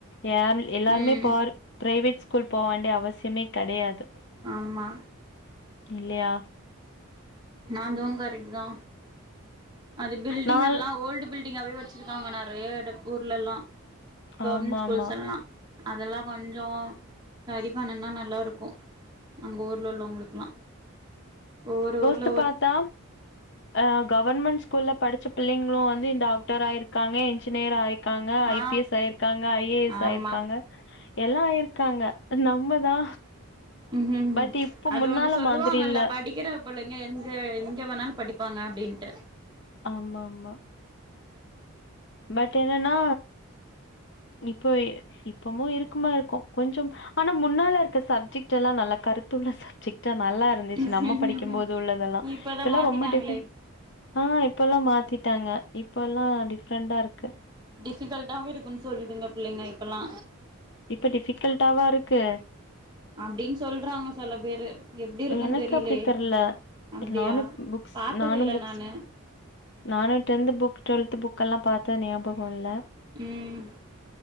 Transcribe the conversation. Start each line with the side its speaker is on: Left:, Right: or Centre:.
Left: யார் எல்லாருமே
Right: ம்
Left: பார் பிரைவேட் ஸ்கூல் போக வேண்டிய அவசியமே கெடையாது
Right: ஆமா
Left: இல்லயா
Right: அதுவு கரெக்ட்டுதா அது பில்டிங்
Left: நாள்
Right: எல்லா ஓல்டு பில் டிங்காவே வெச்சிருக்காங்க நறைய எட ஊர்லெல்லா கவர்மெண்ட்
Left: ஆமா
Right: ஸ்கூல்ஸ்
Left: ஆமா
Right: எல்லா அதெல்லா கொஞ்ச சரி பண்ணுனா நல்லாருக்கு அங்க ஊர்ல உள்ளவங்களுக்லா ஒவ்வொரு ஊர்
Left: சிச்சு பாத்தா ஆ கவர்மெண்ட் ஸ்கூல்ல படிச்ச பிள்ளைங்களு வந்து டாக்டராயிருக்காங்க இன்ஜினியர் ஆயிருக் காங்க
Right: ஆ
Left: ஐ பி எஸ் ஆயிருக்காங்க ஐ ஏ எஸ்
Right: ஆமா
Left: ஆயிருக்காங்க எல்லா ஆயிருக்காங்க நம்மதா
Right: ம்
Left: பட் இப்ப
Right: அது
Left: முன்னால
Right: ஒண்ணு சொல்லுவாங்கல்ல
Left: மாதிரி இல்ல
Right: படிக்கிற புள்ளைங்க எங்க எங்க வேணாலு படிப்பாங்க அப்படின்ட்டு
Left: ஆமா ஆமா பட் என்னென்னா இப்போ இப்பமு இருக்குமார் இருக்கு கொஞ்சம் ஆனா முன்னால இருக்க சப்ஜெக்ட் எல்லா நல்லா கருத்துல்ல சப்ஜெக்ட் நல்லா இருந்துச்சி
Right: ம்
Left: நம்ப படிக்கும்போது உள்ளதெல்லா
Right: இப்பதா
Left: இப்பலா
Right: மாத்திட்டாங்களே
Left: ரொம்ப டிப் ஆஹ் இப்பெல்லா மாத்திட்டாங்க இப்பெல்லா ஃப்ரெண்டா இருக்கே
Right: சிகல்ட்டாவு இருக்குன் சொல்லுதுங்க புள்ளைங்க இப்பெல்லா
Left: இப்ப டிஃபிகல்ட்டாவா இருக்கு
Right: அப்டின்னு சொல்றாங்க சில பேரு எப்டிருக்குன்னு
Left: எனக்கு
Right: தெரிலேயே
Left: அப்டி தெர்ல
Right: அப்டியா
Left: நானு புக்ஸ்
Right: பாத்ததில்ல
Left: புக்ஸ்
Right: நானு
Left: நானு டென்த் புக் டுவெல்த் புக்கெல்லா பாத் த்த ஞாபகல்ல
Right: ம்